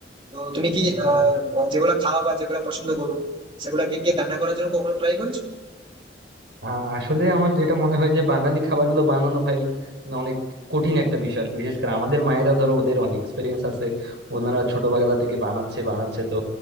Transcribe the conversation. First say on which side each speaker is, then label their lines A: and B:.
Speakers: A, on the right; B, on the right.
A: তো তুমি কি
B: আচ্ছা
A: আহ
B: আচ্ছা
A: যেগুলো খাও বা যেগুলো পছন্দ করো সেগুলা কি কি রান্না করার জন্য কখনো ট্রাই করেছো
B: আহ, আসলে আমার যেটা মনে হয় যে বাঙালি খাবারগুলো বানানো ভাই মানে অনেক কঠিন একটা বিষয় আর কি। বিশেষ করে আমাদের মায়েরা ধরো ওদের অনেক এক্সপিরিয়েন্স আছে ওনারা ছোটবেলা থেকে বানাচ্ছে বানাচ্ছে তো